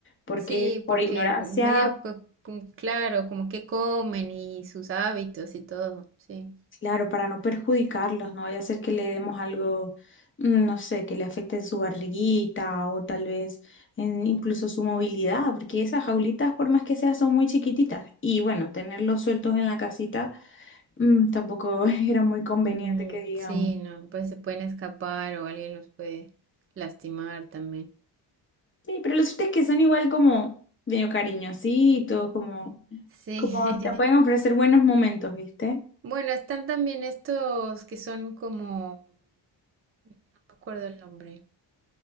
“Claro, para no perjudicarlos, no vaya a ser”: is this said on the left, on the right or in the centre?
Left